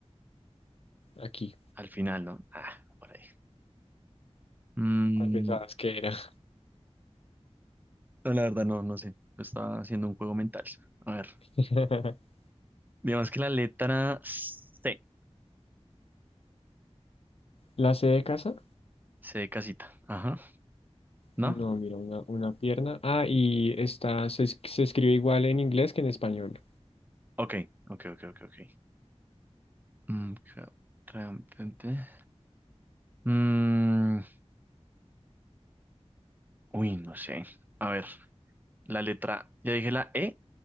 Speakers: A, on the left; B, on the right.
A: aquí.
B: al final, ¿no? Ah, por ahí. Mm,
A: ¿Cuál pensabas que era?
B: no, la verdad, no, no sé. Lo Estaba haciendo un juego mental. A ver.
A: <laughs>
B: Digamos que la letra C.
A: ¿La C de casa?
B: C de casita. Ajá. ¿No?
A: No, mira, una, una pierna. Ah, y está, se, es- se escribe igual en inglés que en español.
B: Ok, ok, ok, ok, ok. Mm, ca- tra- pe- pe. Mm, uy, no sé. A ver, la letra. ¿Ya dije la E